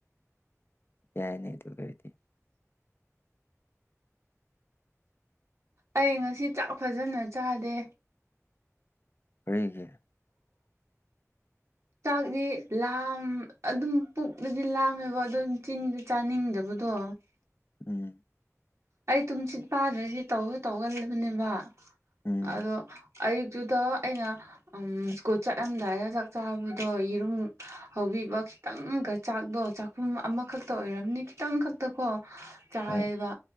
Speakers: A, on the left (about 45°); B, on the right (about 60°).
A: ꯌꯥꯏꯅꯦ ꯗꯨ ꯑꯣꯏꯔꯗꯤ
B: ꯑꯩ ꯉꯁꯤ ꯆꯥꯛ ꯐꯖꯅ ꯆꯥꯗꯦ
A: ꯀꯔꯤꯒꯤ
B: ꯆꯥꯛꯗꯤ ꯂꯥꯝ ꯑꯗꯨꯝ ꯄꯨꯛꯗꯗꯤ ꯂꯥꯝꯃꯦꯕ ꯑꯗꯨꯝ ꯆꯤꯟ ꯆꯥꯅꯤꯡꯗꯕꯗꯣ
A: ꯎꯝ
B: ꯑꯩ ꯇꯨꯝꯆꯤꯠ ꯄꯥꯗ꯭ꯔꯗꯤ ꯇꯧꯁꯨ ꯇꯧꯒꯜꯂꯤꯕꯅꯦꯕ
A: ꯎꯝ
B: ꯑꯗꯣ ꯑꯌꯨꯛꯇꯨꯗ ꯑꯩꯅ ꯎꯝ ꯁ꯭ꯀꯨꯜ ꯆꯠꯂꯝꯗꯥꯏꯗ ꯆꯥꯛ ꯆꯥꯕꯗꯣ ꯌꯦꯔꯨꯝ ꯍꯧꯕꯤꯕ ꯈꯤꯇꯪꯒ ꯆꯥꯛꯗꯣ ꯆꯥꯛꯈꯨꯝ ꯑꯃꯈꯛꯇ ꯑꯣꯏꯔꯝꯅꯤ ꯈꯤꯇꯪ ꯈꯛ ꯇꯀꫭ ꯆꯥꯏꯑꯕ
A: ꯍꯣꯏ